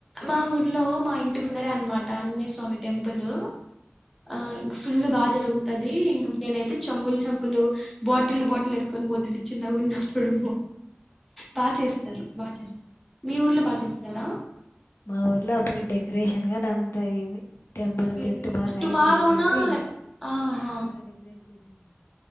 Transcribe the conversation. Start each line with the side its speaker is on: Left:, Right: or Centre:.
Centre: మా ఊర్లో మా ఇంటి ముందరే అనమాట ఆంజనేయ స్వామి టెంపులు ఆ ఇ ఫుల్ బగ్ జరుగుతది నేనైతే చంబులు చంబులు బాటిల్ బాటిల్ ఎత్తుకొని పోతుండే చిన్నగున్న ప్పుడు బా చేస్తారు బా చేస్తారు మీ ఊర్లో బా చేస్తారా
Left: మా ఊర్లో అప్పుడే డెకరేషన్ గాని అంత అయింది టెంపుల్
Centre: హ్మ్
Left: చుట్టు బాగా లైట్స్
Centre: టుమారోనా
Left: పెట్టేసి
Centre: లైక్ ఆహా
Left: బాగా డెకరేట్ చేసేసి